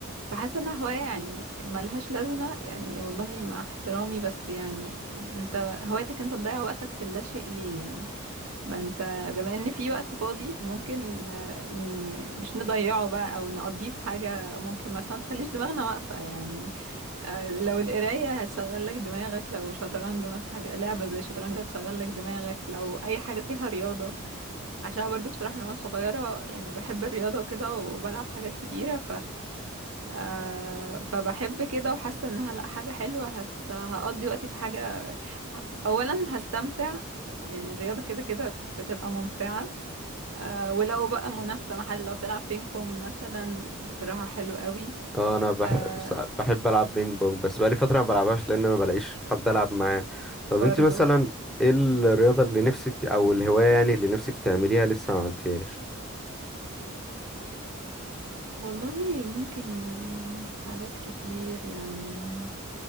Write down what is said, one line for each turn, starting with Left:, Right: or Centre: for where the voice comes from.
Right: فحاسة انها هواية يعني ملهاش لازمة يعني والله مع احترامي بس يعني انت هوايتك انت تضيع وقتك في اللاشيء ليه يعني ما انت بما ان في وقت فاضي ممكن آه، ن- مش نضيعه بقى او نقضيه في حاجة ممكن مثلا تخليش دماغنا واقفة يعني آه، لو القراية هتشغل لك دماغك لو شطرنج مثلا حاجة لعبة زي شطرنج هتشغل لك دماغك لو اي حاجة فيها رياضة عشان أنا برضو بصراحة من وانا صغيرة يعني بحب الرياضة وكده وبلعب حاجات كتيرة آه فبحب كده وحاسه انها لا حاجه حلوه هت هقضي وقتي في حاجه ه- اولا هستمتع يعني الرياضه كده كده بتبقى ممتعه آه ولو بقى منافسه محل لو بتلعب بينج بونج مثلا بصراحه حلو قوي
Centre: اه انا بح...
Right: آه
Centre: سا- بحب العب بينج بونج بس بقالي فترة ما بلعبهاش لان ما بلاقيش حد العب معاه طب
Right: برضو
Centre: انت مثلا ايه الرياضة اللي نفسك او الهواية يعني اللي نفسك تعمليها لسه ما عملتيهاش
Right: والله ممكن حاجات كتير يعني